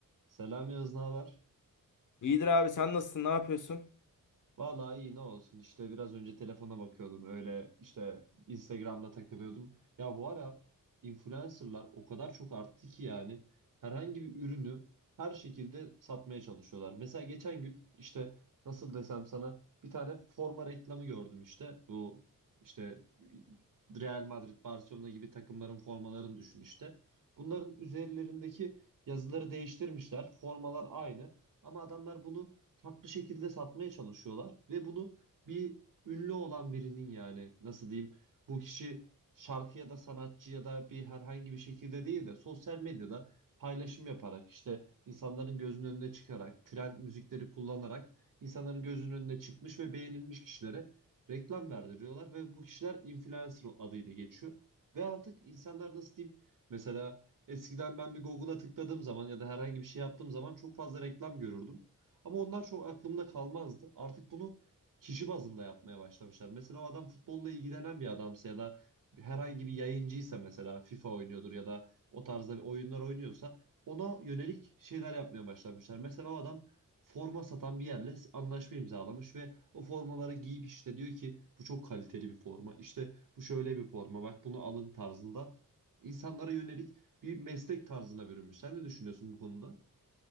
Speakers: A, on the right; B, on the left.
A: Selam Yağız, ne haber?
B: İyidir abi sen nasılsın? Ne yapıyorsun?
A: Vallahi iyi ne olsun işte biraz önce telefona bakıyordum öyle işte Instagram'da takılıyordum. Ya bu ara influencerlar o kadar çok arttı ki yani herhangi bir ürünü her şekilde satmaya çalışıyorlar. Mesela geçen gün işte nasıl desem sana bir tane forma reklamı gördüm işte bu işte Real Madrid, Barcelona gibi takımların formalarını düşün işte. Bunların üzerlerindeki yazıları değiştirmişler formalar aynı ama adamlar bunu farklı şekilde satmaya çalışıyorlar ve bunu bir ünlü olan birinin yani nasıl diyeyim bu kişi şarkı ya da sanatçı ya da bir herhangi bir şekilde değil de sosyal medyada paylaşım yaparak işte insanların gözünün önüne çıkarak trend müzikleri kullanarak insanların gözünün önüne çıkmış ve beğenilmiş kişilere reklam verdiriyorlar ve bu kişiler influencer adıyla geçiyor ve artık insanlar nasıl diyeyim mesela Eskiden ben bir Google'a tıkladığım zaman ya da herhangi bir şey yaptığım zaman çok fazla reklam görürdüm. Ama onlar çok aklımda kalmazdı. Artık bunu kişi bazında yapmaya başlamışlar. Mesela o adam futbolla ilgilenen bir adamsa ya da herhangi bir yayıncıysa mesela FIFA oynuyordur ya da o tarzda bir oyunlar oynuyorsa ona yönelik şeyler yapmaya başlamışlar. Mesela o adam forma satan bir yerle anlaşma imzalamış ve o formaları giyip işte diyor ki bu çok kaliteli bir forma. işte bu şöyle bir forma bak bunu alın tarzında insanlara yönelik bir meslek tarzına bürünmüş. Sen ne düşünüyorsun bu konuda?